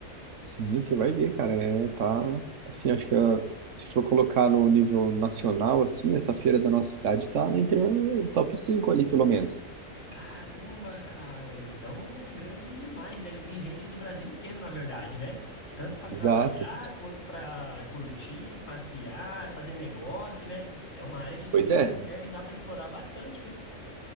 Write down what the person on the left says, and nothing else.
Caramba, cara, então é grande demais. Deve vir gente do Brasil inteiro, na verdade, né? Tanto para trabalhar
quanto para curtir, passear, fazer negócio, né? É uma área de turismo
que deve dar para explorar bastante, né?